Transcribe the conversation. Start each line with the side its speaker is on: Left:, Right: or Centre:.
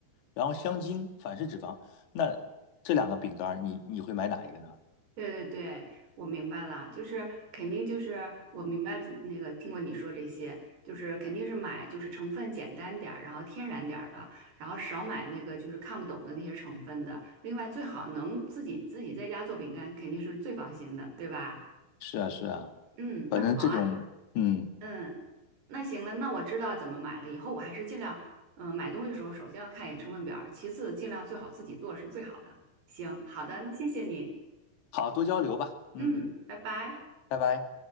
Left: 然后香精、反式脂肪，那这两个饼干儿你你会买哪一个呢？
Right: 对对对，我明白了，就是肯定就是我明白了那个听过你说这些，就是肯定是买就是成分简单点儿，然后天然点儿的，然后少买那个就是看不懂的那些成分的。另外最好能自己自己在家做饼干，肯定是最放心的，对吧？
Left: 是啊，是啊，
Right: 嗯，
Left: 反正这种嗯。
Right: 那好啊，嗯。那行了，那我知道怎么买了。以后我还是尽量，嗯、买东西的时候首先要看一眼成分表儿其次尽量最好自己做是最好的。行，好的，那谢谢你，
Left: 好，多交流吧。嗯，
Right: 嗯，拜拜。
Left: 拜拜。